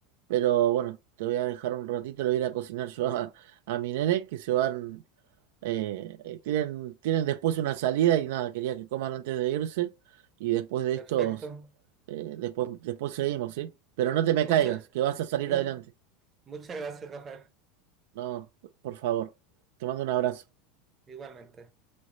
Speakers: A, on the right; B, on the right.
A: Pero bueno, te voy a dejar un ratito, le voy a ir a cocinar yo a, a mi nene, que se van, eh, eh, tienen, tienen después una salida y nada, quería que coman antes de irse. Y después de
B: Perfecto.
A: estos, eh, después, después seguimos, ¿sí? Pero no te me
B: Mucha,
A: caigas, que vas a salir
B: mu-
A: adelante.
B: muchas gracias, Rafael.
A: No, por favor. Te mando un abrazo.
B: Igualmente.